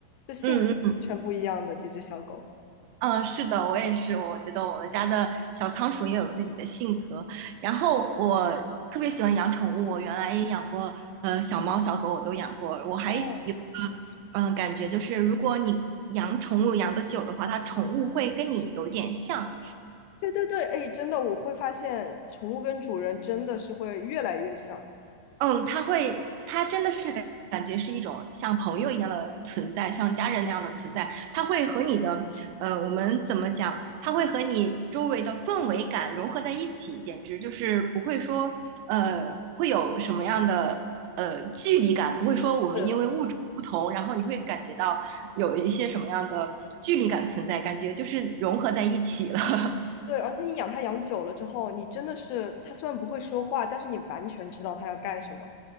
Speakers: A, on the left; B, on the right.
A: 就性格完全不一样的几只小狗。
B: 嗯嗯嗯，是的，我也是。我觉得我们家的小仓鼠也有自己的性格。然后我特别喜欢养宠物，我原来也养过，呃，小猫、小狗我都养过。我还有，
A: 哦，
B: 嗯、感觉就是如果你养宠物养得久的话，它宠物会跟你有点像，
A: 对对对，哎，真的，我会发现宠物跟主人真的是会越来越像。
B: 嗯，他会，他真的是感感觉是一种像朋友一样的存在，像家人那样的存在。他会和你的，呃，我们怎么讲？他会和你周围的氛围感融合在一起，简直就是不会说，呃，会有什么样的呃距离感，不会说我们因为物种不同，
A: 是，
B: 然后你会感觉到有一些什么样的距离感存在，感觉就是融合在一起了。<laughs>
A: 对，而且你养它养久了之后，你真的是它虽然不会说话，但是你完全知道它要干什么。